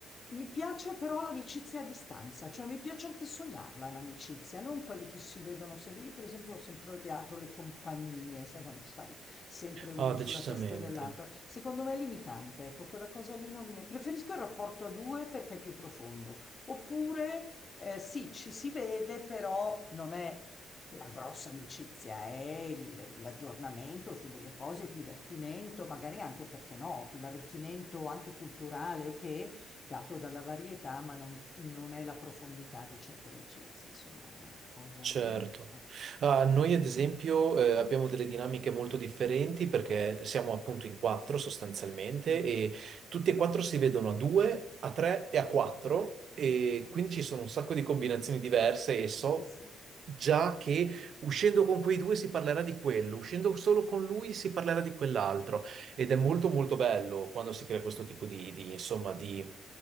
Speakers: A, on the left; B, on the right.
A: mi piace però l'amicizia a distanza, cioè mi piace anche sognarla l'amicizia, non quelli che si vedono sempre. Io, per esempio, ho sempre odiato le compagnie, sai, quando stai sempre uno
B: Ah,
A: sulla
B: decisamente.
A: testa dell'altra. Secondo me è limitante, ecco, quella cosa lì non mi è. Preferisco il rapporto a due perché è più profondo. Oppure, eh, sì, ci si vede, però non è la grossa amicizia è il- l'aggiornamento su delle cose, il divertimento, magari anche perché no, l'arricchimento anche culturale, ok, dato dalla varietà, ma non, non è la profondità di certe amicizie, insomma, è una cosa...
B: Certo.
A: ah,
B: Ah, noi ad esempio eh, abbiamo delle dinamiche molto differenti perché siamo appunto in quattro sostanzialmente
A: mm.
B: e tutti e quattro si vedono a due, a tre e a quattro e quindi ci sono un sacco di combinazioni diverse e so
A: Sì, sì,
B: già che uscendo con quei due si parlerà di quello, uscendo solo con lui si parlerà di quell'altro ed è molto molto bello quando si crea questo tipo di, di, insomma di